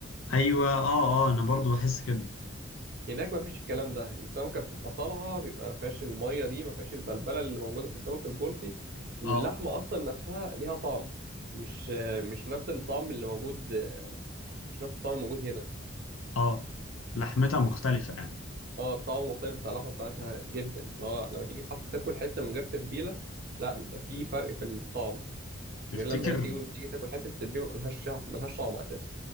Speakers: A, on the left; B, on the right.
A: ايوه اه اه انا برضو بحس كده
B: هناك ما فيش الكلام ده السمكة بتبقى طالعة بيبقى ما فيهاش المية دي ما فيهاش البلبلة اللي موجودة في السمك البلطي واللحمة
A: اه
B: أصلا نفسها ليها طعم مش مش نفس الطعم اللي موجود مش نفس الطعم الموجود هنا
A: اه لحمتها مختلفة يعني
B: اه الطعم مختلف بتاع اللحمة بتاعتها جدا لو لما تيجي حتى تاكل حتة من غير تتبيلة لا بيبقى في فرق في الطعم
A: تفتكر
B: غير لما هنا تيجي تيجي تاكل حتة في التتبيلة ملهاش ملهاش طعم أساسا